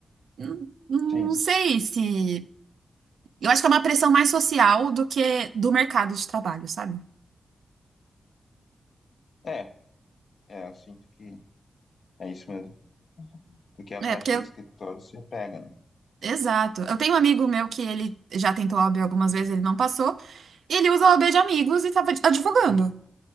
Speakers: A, on the right; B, on the left.
A: Não, não
B: sim.
A: sei se. Eu acho que é uma pressão mais social do que do mercado de trabalho, sabe?
B: É, é, eu sinto que é isso mesmo. Porque a
A: É,
B: prática
A: porque eu.
B: de escritório se pega, né?
A: Exato. Eu tenho um amigo meu que ele já tentou O a OAB algumas vezes, ele não passou. E ele usa O a OAB de amigos e tava advogando.